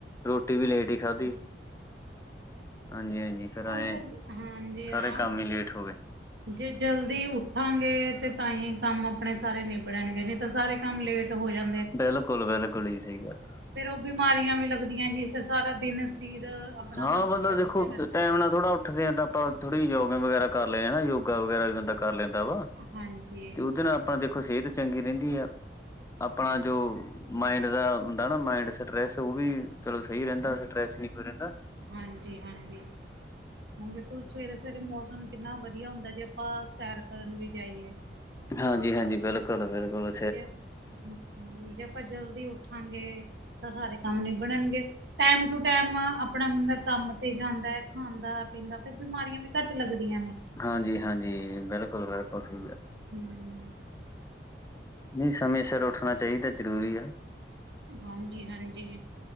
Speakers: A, on the left (about 15°); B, on the right (about 75°).
A: ਰੋਟੀ ਵੀ ਲੇਟ ਹੀ ਖਾਧੀ
B: ਹ <inaudible>
A: ਹਾਂਜੀ ਹਾਂਜੀ ਫਿਰ ਐਂ
B: ਉਹੀ ਤਾਂ, ਗ ਹਾਂਜੀ
A: ਸਾਰੇ
B: ਹਾਂ।
A: ਕੰਮ ਹੀ ਲੇਟ ਹੋ ਗਏ
B: ਜੇ ਜਲਦੀ ਉੱਠਾਂਗੇ ਤੇ ਤਾਂ ਹੀ ਕੰਮ ਆਪਣੇ ਸਾਰੇ ਨਿਬੜਨਗੇ ਨੀ ਤਾਂ ਸਾਰੇ ਕੰਮ ਲੇਟ ਹੋ ਜਾਣ
A: ਬਿਲਕੁਲ- ਬਿਲਕੁਲ ਜੀ, ਸਹੀ ਗੱਲ ਆ।
B: ਫੇਰ ਉਹ ਬਿਮਾਰੀਆਂ ਵੀ ਲੱਗਦੀਆਂ ਜੀ, ਫੇਰ ਸਾਰਾ ਦਿਨ ਸਰੀਰ ਆਪਣਾ
A: ਹਾਂ
B: ਨਾ ਥੱਕਿਆ
A: ਮਤਲਬ
B: ਥੱਕਿਆ
A: ਦੇਖੋ,
B: ਰਹਿੰਦਾ।
A: ਟਾਈਮ ਨਾਲ ਥੋੜਾ ਉੱਠਦੇ ਹਾ ਤਾਂ ਆਪਾਂ ਥੋੜੀ ਯੋਗਾ ਵਗੈਰਾ ਕਰ ਲੈਦੇ ਹਾ ਹਨਾ ਯੋਗਾ ਵਗੈਰਾ ਵੀ ਬੰਦਾ ਕਰ ਲੈਂਦਾ ਵਾ,
B: ਹਾਂਜੀ,
A: ਤੇ ਉਹਦੇ ਨਾਲ ਆਪਣਾ ਦੇਖੋ, ਸਿਹਤ ਚੰਗੀ ਰਹਿੰਦੀ ਆ। ਆਪਣਾ ਜੋ ਮਾਇੰਡ ਦਾ ਹੁੰਦਾ ਨਾ ਮਾਇੰਡ ਸਟਰੈਸ, ਉਹ ਵੀ ਚਲੋ ਸਹੀ ਰਹਿੰਦਾ ਸਟਰੈਸ ਨਹੀ ਕੋਈ ਰਹਿੰਦਾ।
B: ਹਾਂਜੀ- ਹਾਂਜੀ, ਹੁਣ ਦੇਖੋ ਸਵੇਰੇ- ਸਵੇਰੇ ਮੌਸਮ ਕਿੰਨਾ ਵਧੀਆ ਹੁੰਦਾ ਜੇ ਆਪਾਂ ਸੈਰ ਕਰਨ ਵੀ ਜਾਈਏ।
A: ਹਾਂਜੀ- ਹਾਂਜੀ, ਬਿਲਕੁਲ- ਬਿਲਕੁਲ।
B: ਜੇ ਹੂੰ ਜੇ ਆਪਾਂ ਜਲਦੀ ਉੱਠਾਂਗੇ, ਤਾਂ ਸਾਰੇ ਕੰਮ ਨਿਬੜਨਗੇ। ਟੈਮ ਟੂ ਟੈਮ ਨਾ ਆਪਣਾ ਬੰਦਾ ਕੰਮ ਤੇ ਜਾਂਦਾ ਐ, ਖਾਂਦਾ- ਪੀਂਦਾ ਫੇਰ ਬਿਮਾਰੀਆਂ ਵੀ ਘੱਟ ਲੱਗਦੀਆਂ ਨੇ।
A: ਹਾਂਜੀ- ਹਾਂਜੀ, ਬਿਲਕੁਲ- ਬਿਲਕੁਲ ਸਹੀ ਆ।
B: ਹੂੰ
A: ਨਈ ਸਮੇਂ ਸਰ ਉੱਠਣਾ ਚਾਈਦਾ, ਜ਼ਰੂਰੀ ਆ
B: ਹਾਂਜੀ-ਆਂਜੀ,